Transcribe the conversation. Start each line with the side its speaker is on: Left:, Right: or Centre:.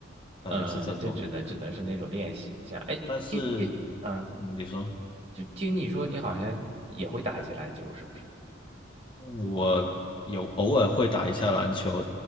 Left: 感觉是这种，
Right: 嗯，就只能只能是那种练习一下。哎，
Left: 但是，
Right: 听听，嗯，
Left: 嗯，你说。
Right: 就听你说你好像也会打一些篮球，是不是？
Left: 我有偶尔会打一下篮球，